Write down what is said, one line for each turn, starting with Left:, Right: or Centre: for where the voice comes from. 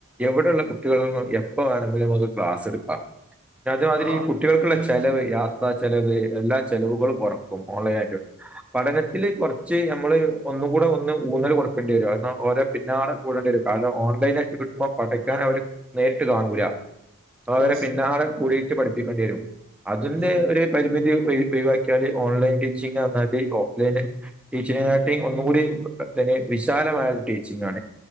Centre: എവിടെയുള്ള കുട്ടികളും എപ്പം വേണമെങ്കിലും അത് ക്ലാസ് എടുക്കാം അതേമാതിരി
Right: ആ ആ ആ
Centre: കുട്ടികൾക്കുള്ള ചെലവ് യാ യാത്ര ചെലവ് എല്ലാ ചെലവുകളും കുറക്കും ഓൺലൈനായിട്ട് പഠനത്തില് കുറച്ച് നമ്മള് ഒന്നുകൂടെ ഒന്ന് ഊന്നൽ കൊടുക്കേണ്ടി വരും കാരണം ഓരേ പിന്നാലെ കൂടേണ്ടിവരും കാരണം ഓൺലൈനായിട്ട് കിട്ടുമ്പോ പഠിക്കാൻ
Right: ആ
Centre: അവര് നേരിട്ട് കാണൂല്ല അവരെ
Right: യെസ്
Centre: പിന്നാലെ കൂടിയിട്ട് പഠിപ്പിക്കേണ്ടി വരും അതിന്റെ
Right: ഉം
Centre: ഒരു പരിമിതി ഒഴിവാക്കി <unintelligible> ഓൺലൈൻ ടീച്ചിങ് എന്നാല് ഓഫ്ലൈന് ടീച്ചിങ്ങ്നാട്ടിം ഒന്നും കൂടി തന്നെ വിശാലമായ ടീച്ചിങ്ങാണ്